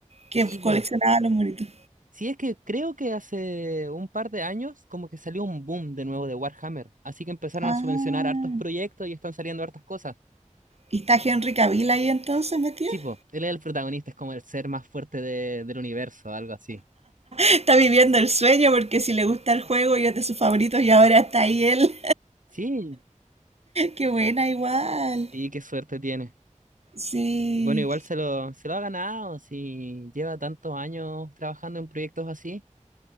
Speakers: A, on the right; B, on the right.
A: Sí,
B: que
A: po.
B: coleccionaba los monitos.
A: Sí, es que creo que hace un par de años como que salió un boom de nuevo de Warhammer, así que empezaron
B: Ah,
A: a subvencionar hartos proyectos y están saliendo hartas cosas.
B: ¿y está Henry Cavill ahí entonces metido?
A: Sí, po,
B: <laughs>
A: él es el protagonista, es como el ser más fuerte de- del universo, algo así.
B: Está viviendo el sueño porque si le gusta el juego y es de sus favoritos y ahora está ahí él.
A: Sí,
B: Qué buena igual.
A: Sí, qué suerte tiene.
B: Sí.
A: Bueno, igual se lo, se lo ha ganado si lleva tantos años trabajando en proyectos así.